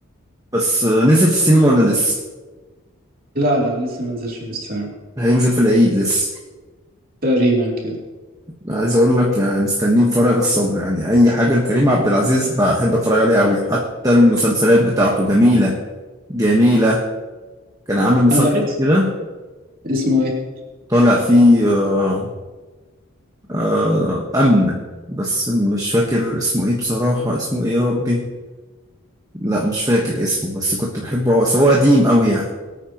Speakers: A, on the right; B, on the right.
A: بس آه، نزل في السينما ولا لسه
B: لا لا لسه ما نزلش في السينما
A: هينزل في العيد لسه
B: تقريبا كده
A: عايز اقول لك يعني مستنيه بفارغ الصبر يعني اي حاجه لكريم عبد العزيز بحب اتفرج عليها قوي حتى المسلسلات بتاعته جميله جميلة كان عامل مسلسل
B: انا بحس
A: كده
B: اسمه ايه
A: طالع فيه آه آه أمن بس مش فاكر اسمه إيه بصراحة اسمه إيه يا ربي لا مش فاكر اسمه بس كنت بحبه هو هو قديم أوي يعني